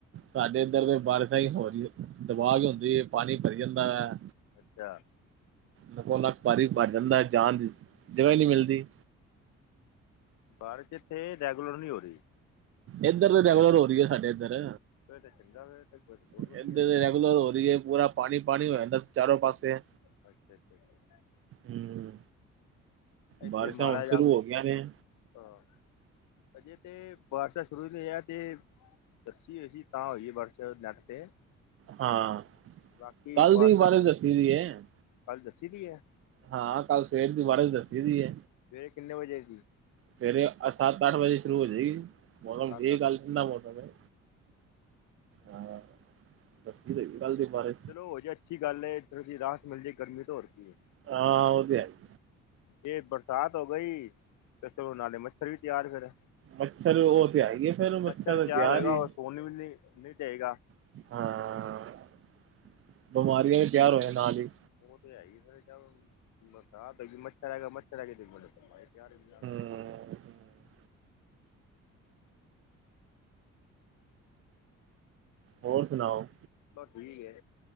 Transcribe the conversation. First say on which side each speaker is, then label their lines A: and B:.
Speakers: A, on the right; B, on the left.
A: ਸਾਡੇ ਇੱਧਰ ਤੇ ਬਾਰਿਸ਼ਾਂ ਹੀ ਹੋ ਰਹੀ, ਦਬਾਅ ਕੇ ਹੁੰਦੀ ਹੈ ਪਾਣੀ ਭਰੀ ਜਾਂਦਾ ਹੈ।
B: ਅੱਛਾ,
A: ਨੱਕੋ -ਨੱਕ ਪਾਣੀ ਭਰ ਜਾਂਦਾ, ਜਾਣ ਦੀ ਜਗ੍ਹਾ ਹੀ ਨਹੀਂ ਮਿਲਦੀ।
B: ਬਾਰਿਸ਼, ਏਥੇ ਰੈਗੂਲਰ ਨਹੀਂ ਹੋ ਰਹੀ।
A: ਏਧਰ ਤੇ ਰੈਗੂਲਰ ਹੋ ਰਹੀ ਏ, ਸਾਡੇ ਇੱਧਰ
B: <unintelligible> ਬਹੁਤ
A: ਇਧਰ
B: ਵਧੀਆ
A: ਰੈਗੂਲਰ ਹੋ ਰਹੀ ਹੈ, ਪੂਰਾ ਪਾਣੀ -ਪਾਣੀ ਹੋ ਜਾਂਦਾ ਚਾਰੋਂ ਪਾਸੇ।
B: ਅੱਛਾ-ਅੱਛਾ।
A: ਹਮਮ,
B: ਇੱਥੇ
A: ਬਾਰਿਸ਼ਾਂ
B: ਮਾੜਾ
A: ਹੁਣ
B: ਜਿਹਾ
A: ਸ਼ੁਰੂ ਹੋ ਗਈਆਂ ਨੇ।
B: ਅ ਅਜੇ ਤੇ ਬਾਰਿਸ਼ਾਂ, ਸ਼ੁਰੂ ਹੀ ਨਹੀਂ ਹੋਈਆਂ ਤੇ ਦੱਸੀ ਹੋਈ ਸੀ, ਤਾਂ ਹੋਈ, ਏ ਵਟਸਐਪ ਨੈੱਟ 'ਤੇ
A: ਹਾਂ,
B: ਬਾਕੀ
A: ਕੱਲ
B: ਬਾਰਿਸ਼ਾਂ
A: ਦੀ ਵੀ ਬਾਰਿਸ਼ ਦੱਸੀ ਦੀ ਹੈ।
B: ਕੱਲ ਦੱਸੀ ਦੀ ਹੈ
A: ਹਾਂ, ਕੱਲ ਸਵੇਰ ਦੀ ਬਾਰਿਸ਼ ਦੱਸੀ ਦੀ ਹੈ।
B: ਸਵੇਰੇ, ਕਿੰਨੇ ਵਜੇ ਦੀ?
A: ਸਵੇਰੇ ਸੱਤ-ਅੱਠ ਵਜੇ ਸ਼ੁਰੂ ਹੋ ਜਾਏਗੀ। ਮੌਸਮ
B: ਸੱਤ
A: ਠੀਕ,
B: ਅੱਠ
A: ਅੱਜ ਠੰਡਾ ਮੌਸਮ ਇਹ। ਹਾਂ, ਦੱਸੀ ਰ ਕੱਲ ਦੇ ਬਾਰੇ
B: ਚਲੋ ਹੋ ਜੇ ਅੱਛੀ ਗੱਲ ਹੈ, ਇੱਰ ਦੀ ਰਾਹਤ ਮਿਲ ਜਾਏ ਗਰਮੀ ਤੋਂ ਹੋਰ ਕੀ ਹੈ।
A: ਹਾਂ, ਉਹ ਤੇ ਹੈ ਹੀ।
B: ਜ ਬਰਸਾਤ ਹੋ ਗਈ ਤੇ ਚਲੋ ਨਾਲੇ ਮੱਛਰ ਵੀ ਤਿਆਰ ਖੜਾ ਏ।
A: ਮੱਛਰ ਉਹ ਤੇ ਆਈ ਹੈ ਫੇਰ
B: ਮੱਛਰ ਤਿਆਰ
A: ਤੇ
B: ਹੋਏਗਾ
A: ਹੀ
B: ਉਹ ਸੋਨ ਵੀ ਨੀ ਨੀ ਦੇਗਾ।
A: ਹਾਂ। ਬਿਮਾਰੀਆਂ ਵੀ ਤਿਆਰ ਹੋਇਆਂ ਨਾਲ ਹੀ।
B: ਉਹ ਤੇ ਹੈ ਹੀ ਸਰ ਜ ਬਰਸਾਤ ਹੈਗੀ ਮੱਛਰ ਹੈਗਾ, ਮੱਛਰ ਹੈਗੇ ਤੇ ਬੀਮਾਰੀ ਤੈਯਾਰ ਹੈ ਇਹਦੇ ਨਾਲ।
A: ਹੂੰ। ਹੋਰ ਸੁਣਾਓ,
B: ਬਸ ਠੀਕ ਹੈ